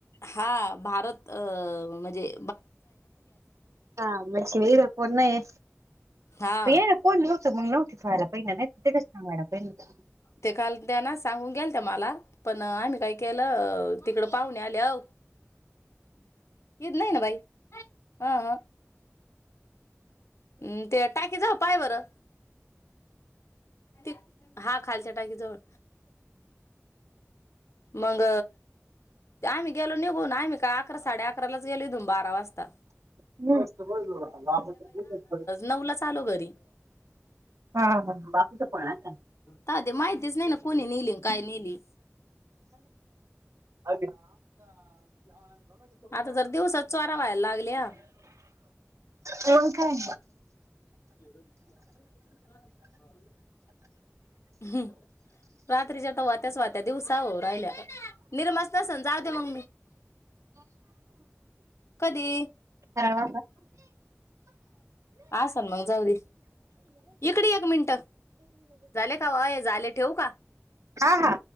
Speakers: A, on the left; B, on the right.
A: हा भारत अ म्हजे
B: हा म्हजे हे रेकॉर्ड नाहीये.
A: हा
B: ये ना कोण <unintelligible> ते व्हायला पाहिजे, नाहीतर सांगायला पाहिजे. ह <inaudible>
A: ते काल त्यांना सांगून गेलता मला. पण आम्ही काय केलं, तिकड पाहुणे आल्याव हे नाही ना बाई. हा हा. हम्म ते टाकी जा पाय बरं, ते हा खालच्या. टाकीजवळ मग आम्ही गेलो निघून. आम्ही काय अकरा साडे अकराच गेलो इथून बारा वाजता.
B: <inaudible>
A: नऊ लाच आलो. घरी.
B: हा हा बापूचा फोन आलता
A: काय ते माहितीच नाही ना, कुणी नेली आणि काय नेली?
B: <unintelligible>
A: आता जर दिवसात चोरा व्हायला लागल्या
B: हो काय?
A: एवढा दिसून आला. हम्म रात्रीच्या आता वात्याच वात्या, दिवसाव राहिल्या. निरमाच तसं जाऊ दे म कधी?
B: ह हा
A: असन मग जाऊ दे इकडे एक मिनिट झाले का अय झाले ठेवू का
B: <unintelligible> हा हा.